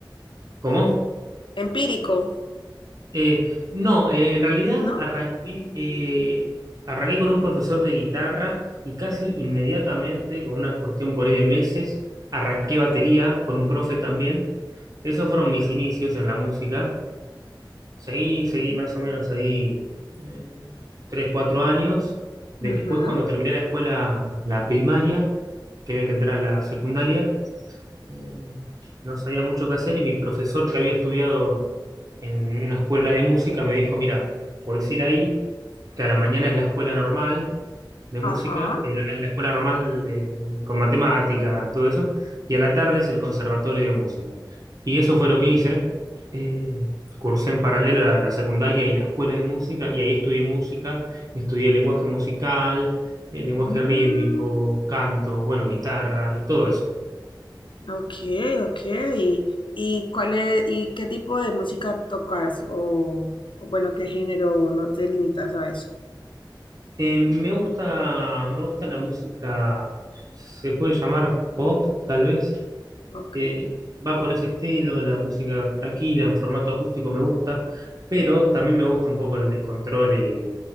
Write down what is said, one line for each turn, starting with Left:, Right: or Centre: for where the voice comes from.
Right: ¿Cómo?
Left: empírico,
Right: Eh, no, eh, en realidad
Left: ¿no?
Right: arranqué,
Left: Mm.
Right: eh, arranqué con un profesor de guitarra y casi inmediatamente, con una cuestión por ahí de meses, arranqué batería con un profe también. Esos fueron mis inicios en la música. Seguí,
Left: Mm.
Right: seguí más o menos ahí eh, tres, cuatro años. Después,
Left: Ujú,
Right: cuando terminé la escuela, la primaria, que había que entrar a la secundaria, eh, no sabía mucho qué hacer y mi profesor que había estudiado en una escuela de música, me dijo, mira, podés ir ahí, que a la mañana es la escuela normal de música,
Left: Ajá.
Right: el- la escuela normal de- de- con matemática, todo eso, y a la tarde es el conservatorio de música. Y eso fue lo que hice. eh, cursé en paralelo la, la secundaria y la escuela de música, y ahí estudié música, estudié lenguaje musical, el lenguaje
Left: Mm,
Right: rítmico, canto, bueno, guitarra y todo eso.
Left: ok, ok. ¿Y cuál es, y qué tipo de música tocas? O, o bueno, ¿qué género? ¿No te limitas a eso?
Right: Eh, me gusta, me gusta la música, se puede llamar pop, tal vez.
Left: Ok.
Right: Eh, va por ese estilo, la música tranquila, en formato acústico me gusta, pero también me gusta un poco el descontrol y,